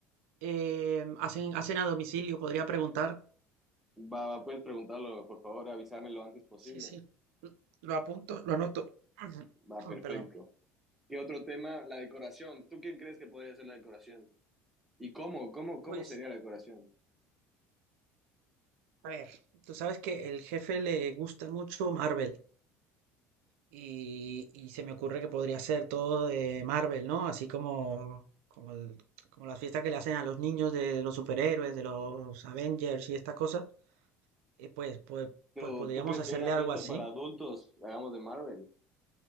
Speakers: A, on the right; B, in the centre.
A: eh, hacen, hacen a domicilio. Podría preguntar.
B: Va, va, puedes preguntarlo, por favor, avísame lo antes posible.
A: Sí, sí. l- Lo apunto, lo anoto. <clears throat>
B: Va, perfecto.
A: Perdón.
B: ¿Qué otro tema? La decoración. ¿Tú quién crees que podría ser la decoración? ¿Y cómo? ¿Cómo, cómo
A: Pues.
B: sería la decoración?
A: A ver, tú sabes que el jefe le gusta mucho Marvel y, y se me ocurre que podría ser todo de Marvel, ¿no? Así como, como, el- como las fiestas que le hacen a los niños de los superhéroes, de los Avengers y estas cosas. eh, pues, pues,
B: Pero
A: pues podríamos
B: ¿tú crees
A: hacerle
B: que una
A: algo
B: fiesta
A: así.
B: para adultos hagamos de Marvel?